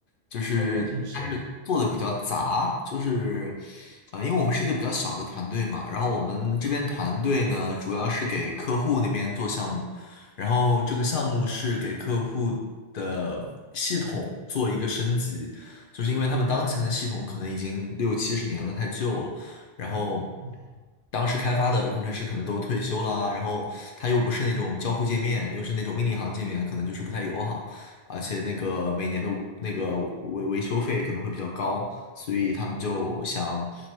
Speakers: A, on the left; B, on the right.
A: 就是但是做的比较杂，
B: 哦，工程师。
A: 就是呃，因为我们是一个比较小的团队嘛，然后我们这边团队呢主要是给客户那边做项目，
B: 嗯，
A: 然后这个项目是给客户的系统做一个升级，就是因为他们当前的系统可能已经六七十年了，太旧了。然后
B: 哦
A: 当时开发的工程师可能都退休啦，然后他又不是那种交互界面，又是那种命令行界面，可能就是不太友好，而且那个每年的那个维维修费可能会比较高，所以他们就想，